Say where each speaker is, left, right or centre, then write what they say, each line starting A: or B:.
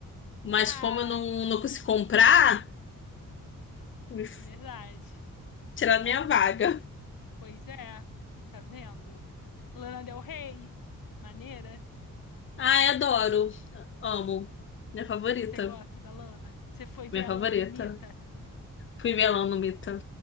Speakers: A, on the left; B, on the left.
A: Mas
B: Ah,
A: como eu não, não consegui comprar, me f-
B: verdade.
A: tiraram
B: Acon-
A: minha vaga.
B: Pois é, tá vendo? Lana Del Rey, maneira.
A: Ai, adoro. Amo. Minha favorita.
B: Você gosta da Lana? Você foi ver
A: Minha
B: a
A: favorita.
B: Lana no Mita?
A: Fui velando, Mita.